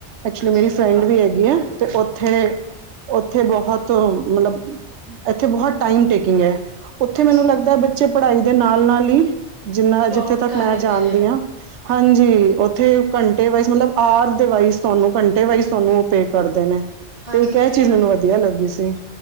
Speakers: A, on the right; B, on the right.
A: ਐਕਚੁਲੀ
B: ਹਾਂਜੀ
A: ਮੇਰੀ ਫਰੈਂਡ ਵੀ ਹੈਗੀ ਆ ਤੇ ਉੱਥੇ-ਉਥੇ ਬਹੁਤ ਮਤਲਬ, ਇੱਥੇ ਬਹੁਤ ਟਾਈਮ ਟੇਕੀਗ ਐ ਉਥੇ
B: ਹਾਂਜੀ
A: ਮੈਨੁੰ ਲਗਦਾ ਪੜਾਈ ਦੇ ਨਾਲ-ਨਾਲ ਹੀ, ਜਿੰਨਾ
B: ਜੋਬ
A: ਜਿੱਥੇ ਤੱਕ
B: ਵੀ ਕਰ
A: ਮੈਂ
B: ਲੈਂਦੇ
A: ਜਾਣਦੀ
B: ਨੇ।
A: ਹਾਂ ਹਾਂਜੀ ਉਥੇ ਘੰਟੇ ਵਾਈਸ ਮਤਲਬ ਆਰ ਦੇ ਵਾਈਜ਼ ਤੁਹਾਨੂੰ ਘੰਟੇ ਵਾਈਜ਼ ਤੁਹਾਨੂੰ ਉਹ ਪੇ ਕਰਦੇ ਨੇ। ਅਤੇ
B: ਹਾਂਜੀ
A: ਇੱਕ ਇਹ
B: ਜਿਵੇਂ,
A: ਚੀਜ਼ ਮੈਨੂੰ ਵਧੀਆ ਲੱਗੀ ਸੀ